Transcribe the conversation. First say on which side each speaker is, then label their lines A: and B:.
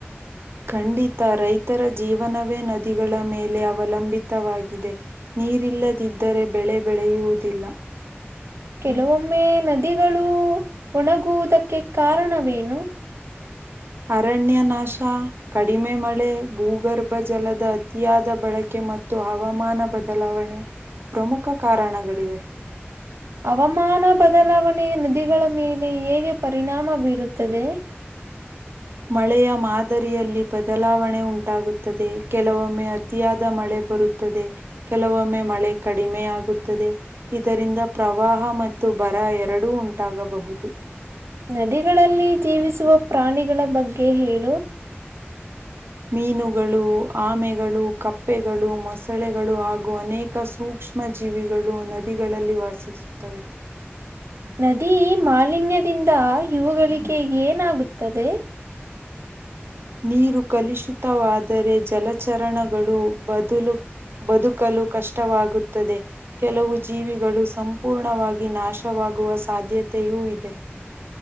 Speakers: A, on the right; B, on the right.
A: ಖಂಡಿತ ರೈತರ ಜೀವನವೇ ನದಿಗಳ ಮೇಲೆ ಅವಲಂಬಿತವಾಗಿದೆ ನೀರಿಲ್ಲದಿದ್ದರೆ ಬೆಳೆ ಬೆಳೆಯುವುದಿಲ್ಲ
B: ಕೆಲವೊಮ್ಮೆ ನದಿಗಳು ಒಣಗುವುದಕ್ಕೆ ಕಾರಣವೇನು
A: ಅರಣ್ಯ ನಾಶ ಕಡಿಮೆ ಮಳೆ ಭೂಗರ್ಭ ಜಲದ ಅತಿಯಾದ ಬಳಕೆ ಮತ್ತು ಹವಾಮಾನ ಬದಲಾವಣೆ ಪ್ರಮುಖ ಕಾರಣಗಳಿವೆ
B: ಹವಾಮಾನ ಬದಲಾವಣೆಯ ನದಿಗಳ ಮೇಲೆ ಹೇಗೆ ಪರಿಣಾಮ ಬೀರುತ್ತದೆ
A: ಮಳೆಯ ಮಾದರಿಯಲ್ಲಿ ಬದಲಾವಣೆ ಉಂಟಾಗುತ್ತದೆ ಕೆಲವೊಮ್ಮೆ ಅತಿಯಾದ ಮಳೆ ಬರುತ್ತದೆ ಕೆಲವೊಮ್ಮೆ ಮಳೆ ಕಡಿಮೆ ಆಗುತ್ತದೆ ಇದರಿಂದ ಪ್ರವಾಹ ಮತ್ತು ಬರ ಎರಡೂ ಉಂಟಾಗಬಹುದು
B: ನದಿಗಳಲ್ಲಿ ಜೀವಿಸುವ ಪ್ರಾಣಿಗಳ ಬಗ್ಗೆ ಹೇಳು.
A: ಮೀನುಗಳು ಆಮೆಗಳು ಕಪ್ಪೆಗಳು ಮೊಸಳೆಗಳು ಹಾಗೂ ಅನೇಕ ಸೂಕ್ಷ್ಮ ಸೂಕ್ಷ್ಮ ಜೀವಿಗಳು ನದಿಗಳಲ್ಲಿ ವಾಸಿಸುತ್ತವೆ
B: ನದಿ ಮಾಲಿನ್ಯದಿಂದ ಇವುಗಳಿಗೆ ಏನಾಗುತ್ತದೆ
A: ಹ ನೀರು ಕಲುಷಿತವಾದರೆ ಜಲಚರಣಗಳು ಬದಲು ಬದುಕಲು ಕಷ್ಟವಾಗುತ್ತದೆ ಕೆಲವು ಜೀವಿಗಳು ಸಂಪೂರ್ಣವಾಗಿ ನಾಶವ ಆಗುವ ಸಾಧ್ಯತೆಯೂ ಇದೆ